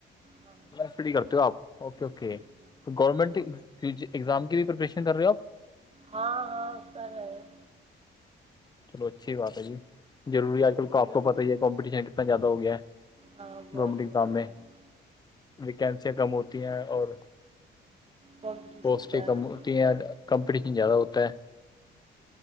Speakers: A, on the right (about 30°); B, on the left (about 20°).
A: ہاں
B: سٹڈی کرتے ہو آپ اوکے اوکے
A: جی جی
B: گورنمنٹ ایگزام کی بھی پریپریشن کر رہے ہو آپ
A: ہاں ہاں کر رہے ہیں
B: چلو اچھی بات ہے جی ضروری آج کل کا آپ کو پت ہی ہے کمپٹیشن کتنا زیادہ ہویا ہے
A: ہاں بہت
B: گورنمنٹ ایگزام
A: ہو رہا
B: میں
A: ہے
B: ویکینسیاں کم ہوتی ہیں اور
A: کمپٹیشن
B: پوسٹیں
A: زیادہ
B: کم
A: ہے
B: کمپیٹٹیشن زیادہ ہوتا ہے